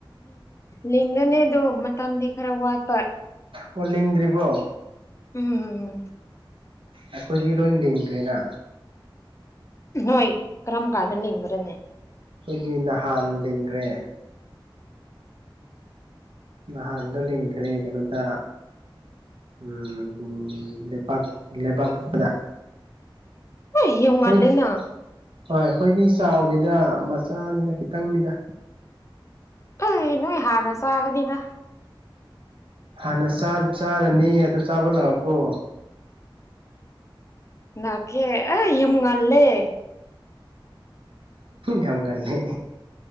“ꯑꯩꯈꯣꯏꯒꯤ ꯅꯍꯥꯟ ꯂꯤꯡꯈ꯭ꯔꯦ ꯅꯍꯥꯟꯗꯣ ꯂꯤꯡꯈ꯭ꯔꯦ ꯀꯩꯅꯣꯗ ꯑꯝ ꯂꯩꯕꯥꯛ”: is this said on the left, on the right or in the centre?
Right